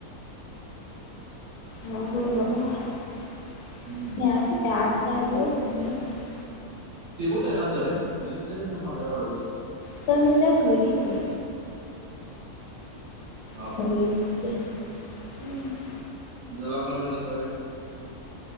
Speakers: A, on the left; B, on the right.
A: हो बर बाबा म
B: हम्म
A: आता ते आठ दहा दिवस चांगलं <unintelligible>
B: ते कुठ जातो रे <unintelligible> सादरे तेसले नाही मला एवढं जाऊ शतात
A: पण <unintelligible> घरीच आहे.
B: हा
A: हम्
B: का?
A: <unintelligible>
B: तुझं लग्न बिघनाच काय विषय?